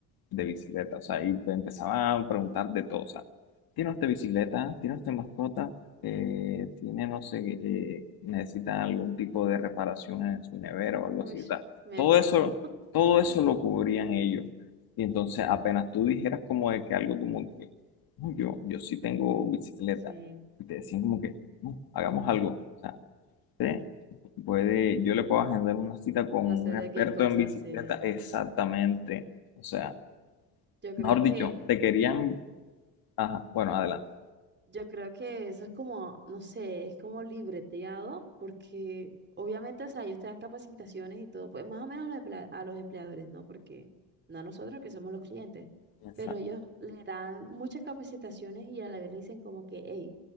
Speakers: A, on the left; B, on the right.
A: de bicicleta, o sea, y te empezaban a preguntar de todo, o sea, ¿tiene usted bicicleta? ¿Tiene usted mascota? Eh, ¿tiene, no sé, eh, necesita algún tipo de reparación en su nevera o algo
B: Uy,
A: así? O sea,
B: me
A: todo
B: paso.
A: eso, todo
B: <laughs>
A: eso lo cubrían ellos. Y entonces
B: Claro,
A: apenas tú dijeras como de que algo como que, "Uy, yo, yo sí tengo bicicleta.
B: sí.
A: Y te decían como que, "Uh, hagamos algo. O sea, usted puede, yo le puedo agendar una cita con
B: Hacer
A: un experto
B: de qué cosas,
A: en bicicleta,
B: sí.
A: exactamente. O sea,
B: Yo creo
A: mejor
B: que
A: dicho, te querían, ajá, bueno, adelante.
B: Yo creo que eso es como, no sé, es como libreteado, porque obviamente, o sea, ellos te dan capacitaciones y todo, pues más o menos a los emplea- a los empleadores, ¿no? Porque no a nosotros que somos los clientes,
A: Exacto.
B: pero ellos le dan muchas capacitaciones y a la vez le dicen como que, hey,